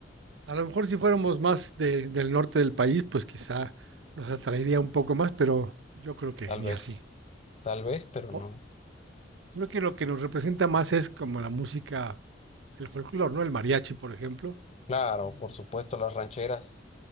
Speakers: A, on the right (about 80°); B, on the left (about 35°).
A: A lo mejor si fuéramos más de- del norte del país, pues quizá nos atraería un poco más, pero yo creo que
B: Tal
A: ni
B: vez,
A: así.
B: tal vez, pero
A: O-
B: no.
A: Creo que lo que nos representa más es como la música el folclore, ¿no? El mariachi, por ejemplo,
B: Claro, por supuesto, las rancheras.